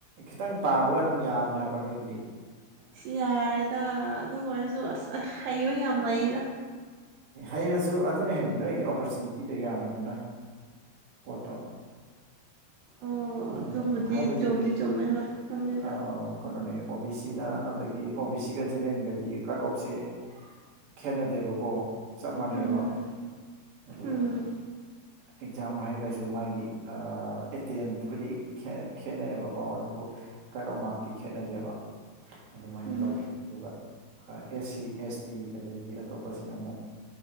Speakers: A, on the right (about 45°); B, on the right (about 75°).
A: ꯈꯤꯇꯪ ꯄꯥꯕꯒ ꯑꯗꯨꯝ ꯌꯥꯕꯅꯦ ꯍꯥꯏꯕ ꯅꯣꯏꯒꯤꯗꯤ
B: ꯁꯤ ꯌꯥꯔꯦꯗ ꯑꯗꯨ ꯑꯣꯏꯔꯁꯨ ꯑꯁ ꯑꯁ ꯍꯩꯕ ꯌꯥꯝ ꯂꯩꯗ
A: ꯍꯩꯔꯁꯨ ꯑꯗꯨꯅ ꯍꯦꯟꯅ ꯅꯣꯏꯒꯤ ꯑꯣꯄꯣꯔꯆꯨꯅꯤꯇꯤꯗꯣ ꯌꯥꯝꯃꯤꯗꯅ ꯄꯣꯠꯇꯣ
B: ꯑꯣ
A: ꯑꯗꯨꯅ
B: ꯑꯗꯨꯕꯨꯗꯤ
A: ꯍꯥꯏꯕꯗꯤ
B: ꯆꯨꯝꯗꯤ ꯆꯨꯝꯃꯦ ꯍꯣꯢ ꯈꯪꯗꯦꯗ
A: ꯑꯥ ꯀꯩꯅꯣꯅꯦ ꯑꯣ ꯕꯤ ꯁꯤꯒ ꯑꯗꯒꯤ ꯑꯣ ꯕꯤ ꯁꯤꯒ ꯖꯦꯅꯔꯦꯟꯒꯗꯤ ꯀꯥꯠ ꯑꯣꯞꯁꯦ ꯈꯦꯠꯅꯗꯦꯕꯀꯣ ꯆꯞ ꯃꯥꯟꯅꯩꯑꯦꯕ
B: ꯎꯝ
A: ꯑꯗꯨꯒ
B: ꯎꯝ
A: ꯑꯦꯛꯖꯥꯝ ꯍꯥꯏꯔꯒꯁꯨ ꯃꯥꯒꯤ ꯑꯦ ꯇꯤ ꯑꯦꯝ ꯇꯕꯨꯗꯤ ꯈꯦꯠꯅꯩꯕꯀꯣ ꯑꯗꯨꯕꯨ ꯀꯥꯠ ꯑꯣꯞ ꯃꯥꯛꯇꯤ ꯈꯦꯠꯅꯗꯦꯕ ꯑꯗꯨꯃꯥꯏꯅ
B: ꯎꯝ
A: ꯇꯧꯋꯤ ꯑꯗꯨꯒ ꯑꯦꯁ ꯁꯤ ꯑꯦꯁ ꯇꯤ ꯑꯗꯒꯤ ꯑꯇꯣꯞꯄꯁꯤꯅ ꯑꯃꯨꯛ